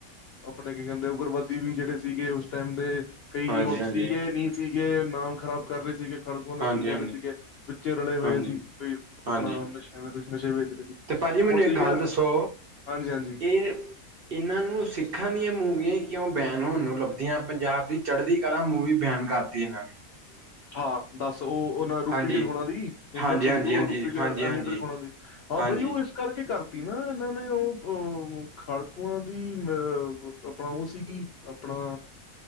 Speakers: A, on the left (about 65°); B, on the right (about 55°).
A: ਆਪਣੇ ਕੀ ਕੈਂਦੇ ਉਗਰਬੱਦ- ਵੀ ਜਿਹੜੇ ਸੀਗੇ ਓਸ ਟੈਮ ਦੇ। ਕਈ
B: ਹਾਂਜੀ
A: ਹੁਣ
B: ਹਾਂਜੀ
A: ਸੀਗੇ ਨਈ ਸੀਗੇ ਨਾਮ ਖ਼ਰਾਬ ਕਰ ਰਹੇ ਸੀਗੇ। ਖੜਕੂਆਂ ਦਾ
B: ਹਾਂਜੀ
A: ਕੀ ਕਰ
B: ਹਾਂਜੀ
A: ਰੇ ਸੀਗੇ, ਵਿਚੇ ਰਲੇ ਹੋਏ
B: ਹਾਂਜੀ
A: ਸੀ। ਵੀਈ ਆਪਣਾ
B: ਹਾਂਜੀ
A: ਨਸ਼ਿਆਂ ਦੇ ਕੁ ਨਸ਼ੇ ਵੇਚ ਰਹੇ ਸੀ।
B: ਤੇ ਭਾਜੀ ਮੈਨੂੰ
A: ਹੁਣ
B: ਇੱਕ
A: ਸੀਗੇ
B: ਗੱਲ
A: ਨਾ।
B: ਦੱਸੋ।
A: ਹਾਂਜੀ ਹਾਂਜੀ
B: ਏ- ਏਨਾਂ ਨੂੰ ਸਿੱਖਾਂ ਦੀਆਂ ਮੂਵੀਆਂ ਕਿਉਂ ਬੈਨ ਹੋਣ ਨੂੰ ਲੱਭਦੀਆਂ। ਪੰਜਾਬ ਦੀ ਚੜ੍ਹਦੀ ਕਲਾ ਮੂਵੀ ਬੈਨ ਕਰ- ਤੀਨਾਂ।
A: ਹਾਂ ਦਸ ਉਹ ਉਹਨਾਂ ਰੂਪੀ
B: ਹਾਂਜੀ
A: ਗਿੱਲ ਹੁਣਾ ਦੀ। ਹਿੰਮਤ
B: ਹਾਂਜੀ
A: ਸੰਧੂ,
B: ਹਾਂਜੀ ਹਾਂਜੀ
A: ਰੂਪੀ
B: ਹਾਂਜੀ
A: ਗਿੱਲ,
B: ਹਾਂਜੀ
A: ਐਮੀ ਵਿਰਕ ਹੁਣਾ ਦੀ। ਹਾਂ
B: ਹਾਂਜੀ
A: ਭਾਈਓ ਇਸ। ਕਰਕੇ ਕਰਤੀ ਨਾ ਇਹਨਾਂ ਨੇ ਉਹ ਅ ਖਾੜਕੂਆਂ ਦੀ ਅ ਆਪਣਾ ਉਹ ਸੀਗੀ। ਆਪਣਾ,